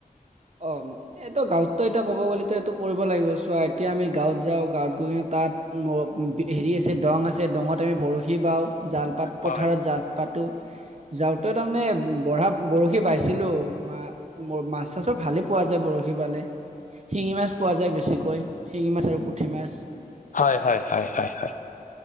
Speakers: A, on the right; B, on the left.
A: অহ। এইটো গাঁৱততো এতিয়া ক'ব গ'লে এইটো কৰিব লাগিব চোৱা এতিয়া আমি গাঁৱত যাওঁ গাঁৱত গৈ তাত হেৰি আছে দং আছে দংত আমি বৰশী বাওঁ জালপাত পথাৰত
B: হয়
A: জাল পাতো যাওঁতে তাৰমানে বঢ়া বৰশী বাইছিলো মোৰ মাছ তো চব ভালে পোৱা যায় বৰশী পালে শিঙি মাছ পোৱা যায়, বেছিকৈ শিঙি মাছ আৰু পুঠি মাছ।
B: হয়, হয়, হয়, হয়, হয়